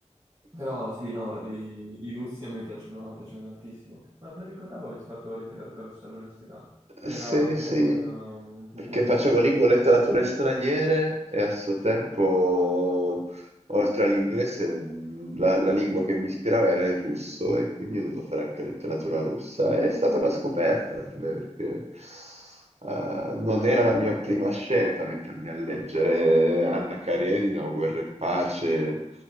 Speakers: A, on the right (about 35°); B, on the right (about 60°).
A: però sì, no, dei- i russi a me piacciono, piacciono tantissimo. Ma non ricordavo avessi fatto letteratura russa all'università. Era
B: Sì,
A: proprio
B: sì,
A: un, un tuo
B: perché
A: corso
B: facevo
A: specifico
B: lingua e letterature
A: poi.
B: straniere e a suo tempo Oltre all'inglese, la, la lingua che mi ispirava era il russo e quindi ho dovuto fare anche letteratura russa. È stata una scoperta per me perché eh, non era la mia prima scelta mettermi a leggere Anna Karenina o Guerra e Pace.